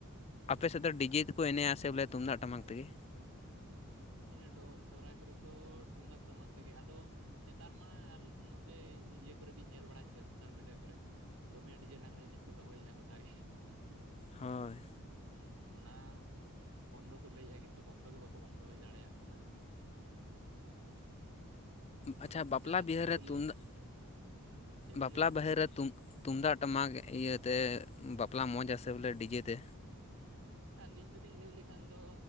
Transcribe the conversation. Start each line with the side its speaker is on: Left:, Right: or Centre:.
Left: ᱟᱯᱮ ᱥᱮᱫ ᱫᱚ ᱰᱤᱡᱮ ᱛᱮᱠᱚ ᱮᱱᱮᱜᱼᱟ ᱥᱮ ᱵᱚᱞᱮ ᱛᱩᱢᱫᱟᱜ ᱴᱟᱢᱟᱠ ᱛᱮᱜᱮ?
Right: ᱦᱮᱸ ᱥᱚᱦᱨᱟᱭ ᱠᱚᱨᱮᱜ ᱫᱚ ᱛᱩᱢᱫᱟᱜ ᱴᱟᱢᱟᱠ ᱛᱮᱜᱮ, ᱟᱫᱚ ᱱᱮᱛᱟᱨ ᱢᱟ ᱱᱚᱛᱮ ᱤᱭᱟᱹ ᱠᱚᱨᱮ ᱵᱤᱱ ᱧᱮᱞ ᱵᱟᱲᱟᱭᱮᱫ ᱜᱮᱭᱟ ᱥᱳᱥᱟᱞ ᱢᱤᱰᱤᱭᱟ ᱠᱚᱨᱮ ᱫᱚᱢᱮ ᱰᱤᱡᱮ ᱞᱟᱸᱟᱜᱽᱲᱮ ᱮᱱᱮᱡ ᱠᱚ ᱫᱚᱦᱚᱭᱮᱜᱼᱟ ᱜᱚᱴᱟ ᱜᱮ᱾
Left: ᱦᱳᱭ
Right: ᱦᱩᱸ ᱚᱱᱟ ᱵᱚᱱᱫᱚ ᱠᱚ ᱞᱟᱹᱭᱼᱟ ᱠᱤᱱᱛᱩ ᱵᱚᱱᱫᱚ ᱜᱮ ᱵᱟᱠᱚ ᱵᱚᱱᱫᱚᱭ᱾ ᱫᱟᱲᱮᱭᱟᱜ ᱠᱟᱱᱟ᱾
Left: ᱟᱪᱪᱷᱟ ᱵᱟᱯᱞᱟ
Right: ᱡᱟᱦᱟᱸ
Left: ᱵᱤᱦᱟᱹᱨ
Right: ᱛᱤᱱᱟᱹᱜ
Left: ᱨᱮ
Right: ᱠᱚ
Left: ᱛᱩᱢᱫᱟᱜ
Right: ᱞᱟᱹᱭ ᱪᱮᱫ ᱵᱤᱱ
Left: ᱵᱟᱯᱞᱟ
Right: ᱞᱟᱹᱭᱮᱫᱼᱟ
Left: ᱵᱤᱦᱟᱹᱨᱮ ᱛᱩᱢᱫᱟᱜ ᱴᱟᱢᱟᱠ ᱤᱭᱟᱹᱛᱮ ᱵᱟᱯᱞᱟ ᱢᱚᱡᱽ ᱟᱥᱮ ᱵᱚᱞᱮ ᱰᱤᱡᱮ ᱛᱮ?
Right: ᱟᱹᱞᱤᱧ ᱫᱚᱞᱤᱧ ᱞᱟᱹᱭ ᱞᱮᱠᱷᱟᱱ ᱫᱚ